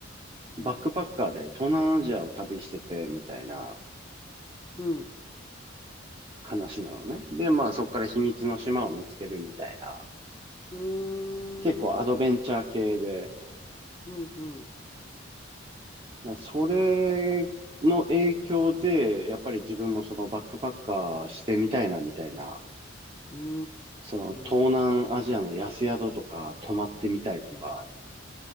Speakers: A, on the right (about 25°); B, on the left (about 20°).
A: バックパッカーで東南アジアを旅しててみたいな
B: うん。うん。
A: 話なのね。で、まあそこから秘密の島を見つけるみたいな、
B: うーん。
A: 結構アドベンチャー系で、
B: うん。うん。
A: なそれの影響で、やっぱり自分もそのバックパッカーしてみたいなみたいな、
B: うー
A: その東南アジアの安宿とか泊まってみたいとか、
B: ん。はいはい。